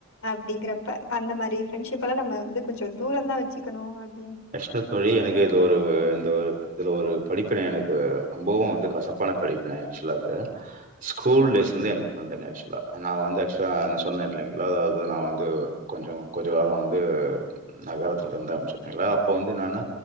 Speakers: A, on the left; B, on the right.
A: அப்டிங்கறப்ப அந்த மாரி பிரண்ட்ஷிப்ப எல்லா நம்ம வந்து கொஞ்ச தூரந்தா வச்சிக்கணு அப்
B: அஷ்கத் தோழி எனக்கு இது ஒரு இந்த ஒரு இதில் ஒரு படிப்பின எனக்கு அம்போவு வந்து கசப்பான படிப்பின ஆக்சுலா அதே ஸ்கூல் டேஸ்லந்து எனக் ஃப்ரெண்டுங்க ஆக்சுவலா அன் நா வந்து ஆக்சுவலா அந்த சொன்னே இல்லேங்களா அதாவது நா வந்து கொஞ்சோ கொஞ்ச காலம் வந்து நகரத்தில்ல இருந்தே அ இல்லா அப்போ வந்து நானு